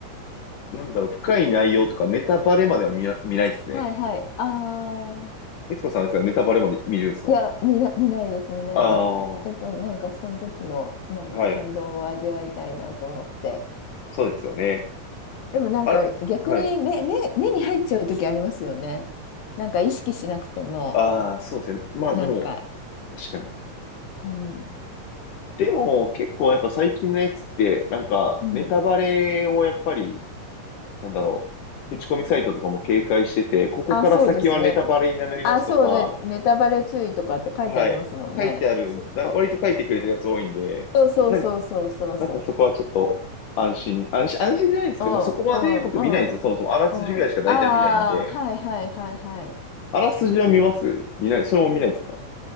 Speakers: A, on the left; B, on the left.
A: なんだろう、深い内容とかネタバレまでは見な、見ないですね。
B: はいはい。ああ。
A: いつこさんですかネタバレまで見るんですか
B: いや、見な、見ないです、見ないです。
A: ああー、
B: やっぱなんかその時のなんか感動を味わいたいなと思って。
A: はい。そうですよね。
B: でもなんか逆に目、
A: あれ、はい。
B: 目、目に入っちゃう時ありますよね。なんか意識しなくても、
A: ああ、そうですね。まあでも、
B: なんか、
A: 確かに。
B: うん、
A: でも、結構やっぱ最近のやつって、なんか、
B: うん。
A: ネタバレをやっぱり、なんだろう、口コミサイトとかも警戒してて、ここから先はネタバレになりますとか、
B: あ、そうですね。あ、そうね、ネタバレ注意とかって書いてありますもんね。
A: はい。書いてある、
B: そうそう。
A: な、割と書いてくれてるやつ多いんで、
B: そうそうそうそうそうそ
A: なんか、なんかそこはちょっと安心、安心、安心じゃないですけど、
B: う。うんうんうんうん。
A: まあそこまで僕見ないんですよ。そもそもあらすじぐらいしか大体見ないんで、
B: ああ、はいはいはいはい。
A: あらすじは見ます見ない、それも見ないですか